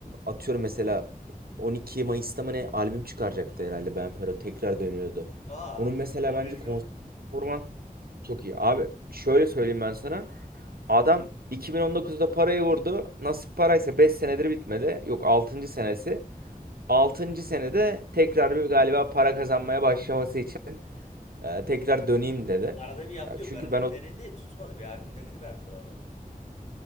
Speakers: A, on the right (about 85°); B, on the left (about 50°).
A: atıyorum mesela 12 Mayıs'ta mı ne albüm çıkaracaktı herhalde Benfero tekrar dönüyordu.
B: Aa
A: Onun mesela
B: haberim
A: bence konser
B: yok.
A: performansı çok iyi. Abi şöyle söyleyeyim ben sana. Adam 2019'da parayı vurdu. Nasip paraysa 5 senedir bitmedi. Yok altıncı senesi. Altıncı senede tekrar bir galiba para kazanmaya başlaması için e, tekrar döneyim dedi.
B: Arada bir yaptı
A: E,
B: yok.
A: Çünkü
B: Arada
A: ben
B: bir
A: o
B: denedi tutmadı. Bir albüm denedi Benfero arada.